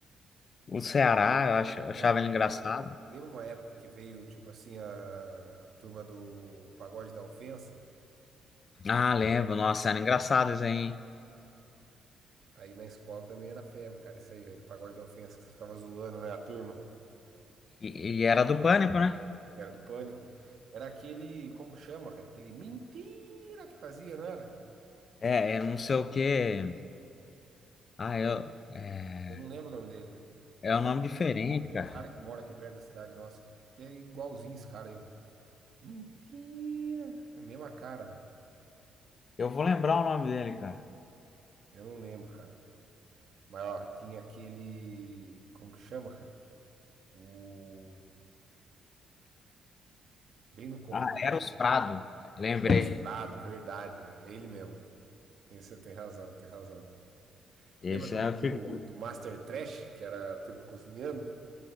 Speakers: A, on the left; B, on the right.
A: o Ceará, eu ach- eu
B: Não,
A: achava ele engraçado.
B: le- lembra uma época que veio, tipo assim, a turma do Pagode da Ofensa?
A: Ah, lembro, nossa, era engraçado isso aí. hein?
B: Aí na escola também era febre, cara, isso aí, velho. Pagode da ofensa que você ficava zoando, né? A turma
A: E, e era do Pânico, né?
B: era do pânico. Era aquele, como que chama, cara? Aquele mentira que fazia, não era?
A: É, eu não sei o quê. Ah, eu, é,
B: Eu não lembro o nome dele, velho.
A: é
B: Tem
A: um
B: um
A: nome
B: cara,
A: diferente,
B: tem
A: cara.
B: um cara que mora aqui perto da cidade nossa que, que é igualzinho esse cara aí, velho. Mentira! É a mesma cara, velho.
A: Eu vou lembrar o nome dele, cara.
B: Eu não lembro, cara. Mas, ó, tinha aquele, como que chama, cara? O. Bem no começo.
A: Ah, Eros Prado, lembrei.
B: Era o Prado, verdade, velho. É ele mesmo. Tem, você tem razão, tem razão.
A: Esse
B: Lembra do,
A: é a figura.
B: do, do Master Trash, que era a turma cozinhando?